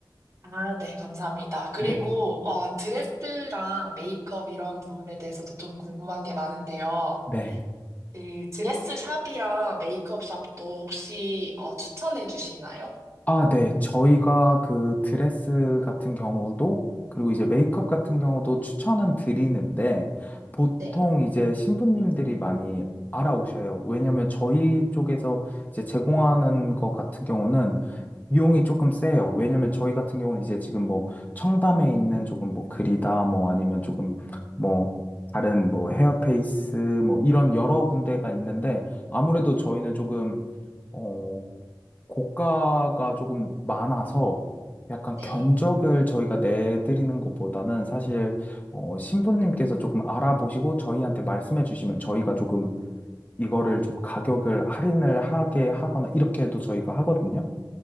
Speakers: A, on the right; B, on the left.
A: 아, 네, 감사합니다. 그리고,
B: 네,
A: 어, 드레스랑 메이크업 이런 부분에 대해서도 좀 궁금한 게 많은데요.
B: 네.
A: 그 드레스 샵이랑 메이크업 샵도 혹시, 어, 추천해 주시나요?
B: 아, 네. 저희가 그 드레스 같은 경우도, 그리고 이제 메이크업 같은 경우도 추천은 드리는데, 보통
A: 네.
B: 이제 신부님들이 많이 알아오셔요. 왜냐면 저희 쪽에서 이제 제공하는 것 같은 경우는 비용이 조금 세요. 왜냐면 저희 같은 경우는 이제 지금 뭐 청담에 있는 조금 뭐 그리다, 뭐 아니면 조금 뭐 다른 뭐 헤어페이스, 뭐 이런 여러 군데가 있는데, 아무래도 저희는 조금 어, 고가가 조금 많아서 약간
A: 네.
B: 견적을 저희가 내드리는 것보다는 사실 어, 신부님께서 조금 알아보시고 저희한테 말씀해 주시면 저희가 조금 이거를 좀 가격을 할인을 하게 하거나 이렇게 해도 저희가 하거든요.